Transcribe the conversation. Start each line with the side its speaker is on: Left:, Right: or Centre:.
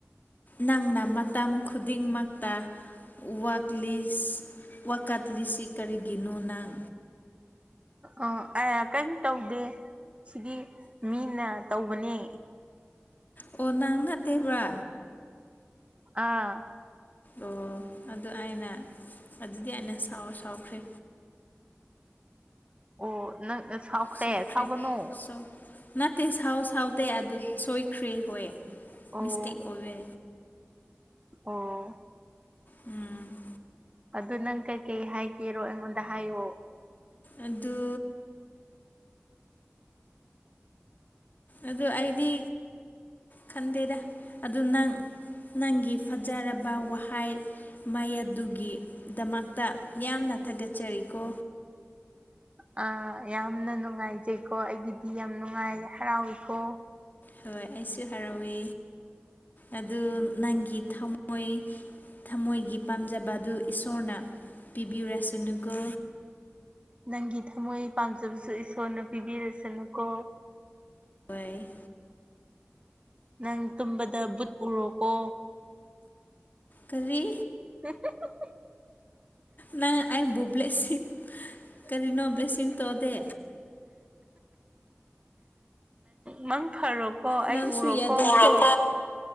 Left: ꯅꯪꯅ ꯃꯇꯝ ꯈꯨꯗꯤꯡꯃꯛꯇ꯫ ꯋꯥꯛꯂꯤꯁ ꯋꯥꯀꯠꯂꯤꯁꯁꯤ ꯀꯔꯤꯒꯤꯅꯣ ꯅꯪ꯫
Right: ꯑꯣ ꯑ ꯀꯔꯤꯝ ꯇꯧꯗꯦ ꯁꯤꯗꯤ ꯃꯤꯅ ꯇꯧꯕꯅꯦ꯫
Left: ꯑꯣ ꯅꯪ ꯅꯠꯇꯦꯕ꯭ꯔꯥ꯫
Right: ꯑꯥ꯫
Left: ꯑꯣ ꯑꯗꯨ ꯑꯩꯅ ꯑꯗꯨꯗꯤ ꯑꯩꯅꯥꯎ ꯁꯥꯎꯈ꯭ꯔꯦ꯫
Right: ꯑꯣ ꯅꯪꯅ ꯁꯥꯎꯈ꯭ꯔꯦ
Left: ꯁꯣꯏꯈ꯭ꯔꯦ
Right: ꯁꯥꯎꯒꯅꯣ꯫
Left: ꯁꯣ ꯅꯠꯇꯦ ꯁꯥꯎ ꯁꯥꯎꯗꯦ ꯑꯗꯨ ꯁꯣꯏꯈ꯭ꯔꯦ ꯍꯣꯏ
Right: ꯑꯣ
Left: ꯃꯤꯁꯇꯦꯛ ꯑꯣꯏꯋꯦ꯫
Right: ꯑꯣ꯫
Left: ꯎꯝ꯫
Right: ꯑꯗꯨ ꯅꯪ ꯀꯩꯀꯩ ꯍꯥꯏꯒꯦꯔꯣ ꯑꯩꯉꯣꯟꯗ ꯍꯥꯏꯌꯣ꯫
Left: ꯑꯗꯨ꯫ ꯑꯗꯨ ꯑꯩꯗꯤ ꯈꯟꯗꯦꯗ ꯑꯗꯨ ꯅꯪ꯫ ꯅꯪꯒꯤ ꯐꯖꯔꯕ ꯋꯥꯍꯩ꯫ ꯃꯩ ꯑꯗꯨꯒꯤꯗꯃꯛꯇ ꯌꯥꯝꯅ ꯊꯥꯒꯠꯆꯔꯤꯀꯣ꯫
Right: ꯍ <unintelligible> ꯑ ꯌꯥꯝꯅ ꯅꯨꯡꯉꯥꯏꯖꯩꯀꯣ ꯑꯩꯒꯤꯗꯤ ꯌꯥꯝ ꯅꯨꯡꯉꯥꯏ ꯍꯔꯥꯎꯋꯤꯀꯣ꯫
Left: ꯍꯣꯏ ꯑꯩꯁꯨ ꯍꯔꯥꯎꯋꯦ꯫ ꯑꯗꯨ ꯅꯪꯒꯤ ꯊꯝꯃꯣꯏ ꯊꯃꯣꯏꯒꯤ ꯄꯥꯝꯖꯕ ꯑꯗꯨ ꯏꯁꯣꯔꯅ꯫ ꯄꯤꯕꯤꯔꯦꯁꯅꯨ ꯀꯣ꯫
Right: ꯅꯪꯒꯤ ꯊꯃꯣꯏ ꯄꯥꯝꯖꯕꯁꯨ ꯏꯁꯣꯔꯅ ꯄꯤꯕꯤꯔꯁꯅꯨꯀꯣ꯫
Left: ꯍꯣꯏ꯫
Right: ꯅꯪ ꯇꯨꯝꯕꯗ ꯕꯨꯠ ꯎꯔꯣꯀꯣ꯫
Left: ꯀꯔꯤ꯫
Right: ꯍ <unintelligible>
Left: ꯅꯪ ꯑꯩꯕꯨ ꯕ꯭ꯂꯦꯁꯤꯡ ꯀꯔꯤꯅꯣ ꯕ꯭ꯂꯦꯁꯤꯡ ꯇꯧꯗꯦ꯫
Right: ꯅꯪ ꯐꯔꯣꯀꯣ ꯑꯩ
Left: ꯅꯪꯁꯨ
Right: ꯎꯔꯣꯀꯣ꯫
Left: ꯌꯥꯗꯦꯀꯣ